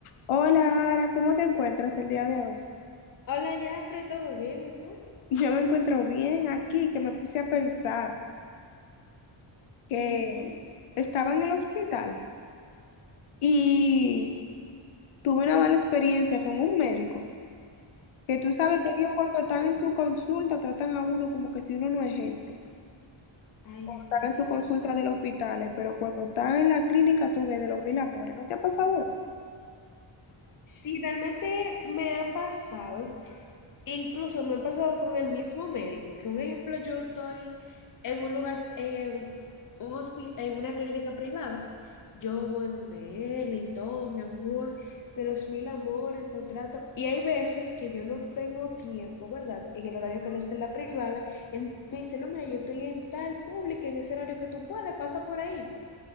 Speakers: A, on the left; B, on the left.
A: Hola, Ara, ¿cómo te encuentras el día de hoy?
B: Hola, Jafre, ¿todo bien? ¿Y tú?
A: <laughs> Yo me encuentro bien aquí, que me puse a pensar que
B: Ujú.
A: estaba en el hospital y tuve una mala experiencia con un médico, que tú sabes
B: Oye,
A: que
B: ¿qué
A: ellos
B: pasó?
A: cuando están en su consulta tratan a uno como que si uno no es gente,
B: Ay,
A: cuando
B: sí,
A: están en su consulta
B: Dios mío.
A: del hospital, eh, pero cuando están en la clínica tú ves de los mil amores, ¿no te ha pasado eso?
B: Sí, realmente me ha pasado Incluso me ha pasado con el mismo médico, que un ejemplo, yo estoy en un lugar, en, un hospi- en una clínica privada, yo voy donde él y todo, mi amor, de los mil amores, lo trato, y hay veces que yo no tengo tiempo, ¿verdad? En el horario que él está en la privada, él me dice, no, mira, yo estoy en tal pública, en ese horario que tú puedes, pasa por ahí.